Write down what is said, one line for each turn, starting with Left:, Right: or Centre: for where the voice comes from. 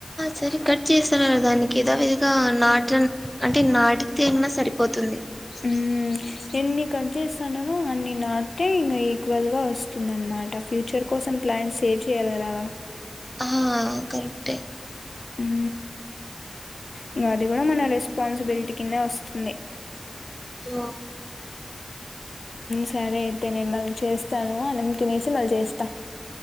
Centre: సరే కట్ చేస్తున్నారు దానికి ఏదా విదిగా నాట అంటే నాటితెన్నా సరిపోతుంది
Left: హుమ్ ఎన్ని కట్ చేస్తున్నారో అన్ని నాటితే ఇంకా ఈక్వల్ గా వస్తుంది అనమా మాట ఫ్యూచర్ కోసం ప్లాన్స్ సేవ్ చేయాలి కదా
Centre: ఆ కరెక్ట్ే
Left: హుం ఇంగా అది కూడా మన రెస్పాన్సిబిలిటీ కిందే వస్తుంది
Centre: వా
Left: సరే అయితే నేను మళ్ళీ చేస్తాను అన్నం తినేసి మళ్ళీ చేస్తా